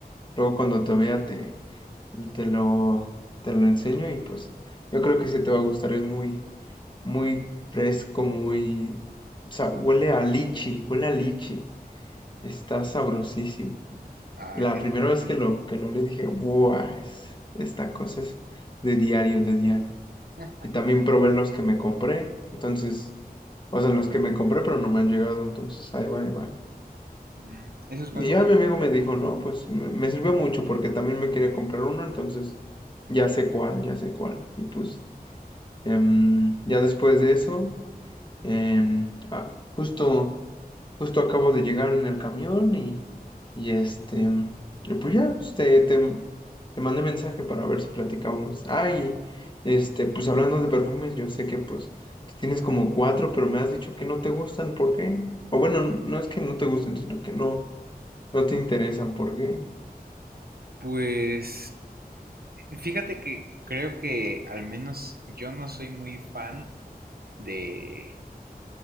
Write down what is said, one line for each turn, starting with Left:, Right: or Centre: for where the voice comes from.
Left: Luego cuando te vea te, te lo, te lo enseño y pues yo creo que sí te va a gustar, es muy, muy fresco, muy... O sea, huele a lichi, huele a lichi, está sabrosísimo.
Right: Ah,
Left: La
Right: qué
Left: primera
Right: rico.
Left: vez que lo, que lo leí dije, ¡buah! es- esta cosa es de diario, de diario.
Right: Ah,
Left: Y también probé los que me compré, entonces, o sea, los que me compré, pero no me han llegado, entonces ahí va, ahí va.
Right: mm, ¿Esos
Left: Y
Right: cuántos
Left: ya
Right: te llevan?
Left: mi amigo me dijo, no, pues me, me sirvió mucho porque también me quería comprar uno, entonces ya sé cuál, ya sé cuál. Y pues em, ya después de eso. Em, ah, justo, justo acabo de llegar en el camión y, y este, y pues ya, pues, te, te, te mandé mensaje para ver si platicábamos. Ay, este, pues hablando de perfumes, yo sé que pues tú tienes como cuatro, pero me has dicho que no te gustan, ¿por qué? O bueno, no es que no te gusten, sino que no, no te interesan, ¿por qué?
Right: Pues Fíjate que creo que al menos yo no soy muy fan de,